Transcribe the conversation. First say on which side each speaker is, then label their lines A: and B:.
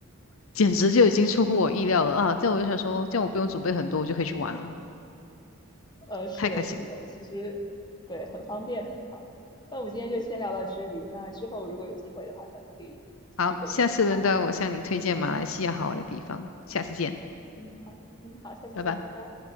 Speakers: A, on the left; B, on the left.
A: 简直就已经出乎我意料了啊！这样我就想说，哦这样我不用准备很多，我就可以去玩了，
B: 呃，是的，
A: 太开心了。
B: 是的，其实对，很方便的哈。那我们今天就先聊到这里，那之后如果有机会的话，咱们可以继续沟通这个话题。
A: 好，下次轮到我向你推荐马来西亚好玩的地方，下次见，
B: 嗯，好，嗯，好，下次见，
A: 拜拜。
B: 拜拜。